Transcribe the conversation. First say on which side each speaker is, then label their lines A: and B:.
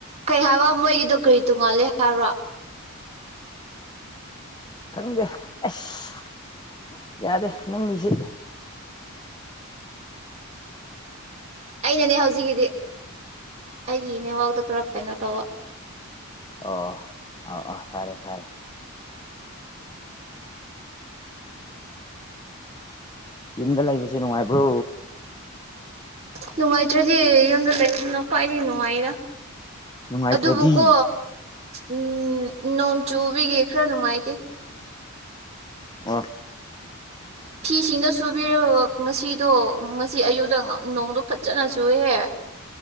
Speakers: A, on the right; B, on the left.
A: ꯀꯩ ꯍꯥꯏꯕ ꯃꯣꯏꯒꯤꯗꯣ ꯀꯔꯤ ꯇꯣꯡꯉꯥꯜꯂꯦ ꯍꯥꯏꯔꯣ
B: ꯈꯪꯗꯦ ꯑꯁ ꯌꯥꯗꯦ ꯅꯪꯒꯤꯁꯤꯠ
A: ꯑꯩꯅꯅꯦ ꯍꯧꯖꯤꯛꯀꯤꯗꯤ ꯑꯩꯒꯤꯅꯦ ꯋꯥꯥꯎꯗ ꯄꯨꯔ ꯀꯩꯅꯣ ꯇꯧꯕ
B: ꯑꯣ ꯑꯥ ꯑꯥ ꯐꯔꯦ ꯐꯔꯦ ꯌꯨꯝꯗ ꯂꯩꯕꯁꯦ ꯅꯨꯡꯉꯥꯏꯕ꯭ꯔꯣ
A: ꯅꯨꯡꯉꯥꯏꯇ꯭ꯔꯗꯤ ꯌꯨꯝꯗ ꯂꯩꯔꯗꯅ ꯈ꯭ꯋꯥꯏꯗꯤ ꯅꯨꯡꯉꯥꯏꯔꯥ
B: ꯅꯨꯡꯉꯥꯏꯇ꯭ꯔꯗꯤ
A: ꯑꯗꯨꯕꯨꯀꯣ ꯎꯝ ꯅꯣꯡ ꯆꯨꯕꯤꯒꯤ ꯈꯔ ꯅꯨꯡꯉꯥꯏꯇꯦ
B: ꯑꯣ
A: ꯐꯤꯁꯤꯡꯗꯣ ꯁꯨꯕꯤꯔꯒ ꯉꯁꯤꯗꯣ ꯉꯁꯤ ꯑꯌꯨꯗ ꯅꯣꯡꯗꯣ ꯐꯖꯅ ꯆꯨꯏꯍꯦ